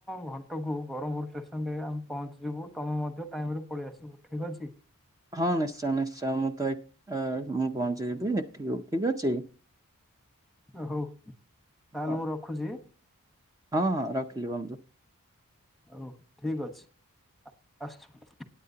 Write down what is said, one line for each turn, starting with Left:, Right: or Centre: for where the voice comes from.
Centre: ଘଣ୍ଟାକୁ ବ୍ରହ୍ମପୁର ଷ୍ଟେସନରେ ଆମେ ପହଞ୍ଚିଯିବୁ ତୁମେ ମଧ୍ୟ ଟାଇମରେ ପଳେଇ ଆସିବ? ଠିକ୍ ଅଛି।
Right: ହଁ ନିଶ୍ଚୟ ନିଶ୍ଚୟ ମୁଁତ ଏ ଅଁ ମୁଁ ପହଞ୍ଚି ଯିବି ହେଠିକୁ ଠିକ୍ ଅଛି।
Centre: ଓ ହଉ ତାହେଲେ
Right: ହଉ
Centre: ମୁଁ ରଖୁଚି?
Right: ହଁ ହଁ ରଖିଲି ବନ୍ଧୁ।
Centre: ହଉ ଠିକ୍ ଅଛି ଆସୁଚି।